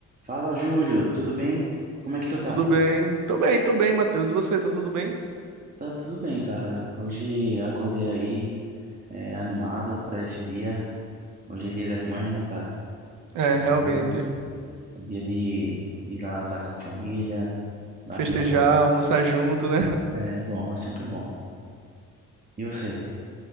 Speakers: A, on the right (about 30°); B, on the right (about 85°).
A: Fala, Júlio, tudo bem? Como é que tu tá?
B: Tudo bem? Tô bem, tô bem, Matheus. E você, tá tudo bem?
A: Tá tudo bem, cara. Hoje acordei aí, é, animado pra esse dia. Hoje é dia das mães, né, cara?
B: É,
A: E
B: realmente.
A: aí, é dia de ir lá estar com a família, dar
B: Festejar,
A: aquele almoço.
B: almoçar junto, né? <laughs>
A: É bom, é sempre bom. E você?